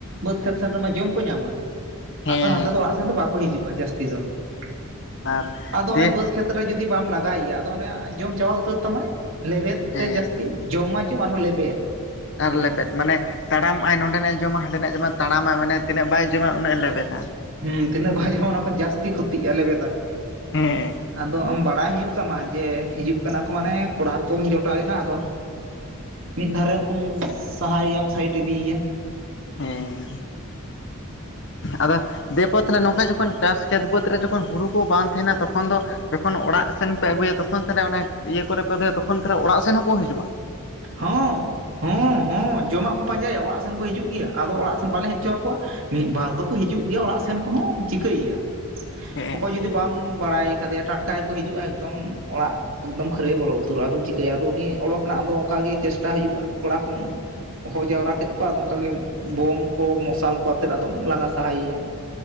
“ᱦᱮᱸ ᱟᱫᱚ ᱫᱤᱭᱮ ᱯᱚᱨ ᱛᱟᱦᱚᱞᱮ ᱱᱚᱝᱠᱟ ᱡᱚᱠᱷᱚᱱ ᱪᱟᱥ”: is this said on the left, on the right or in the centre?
Left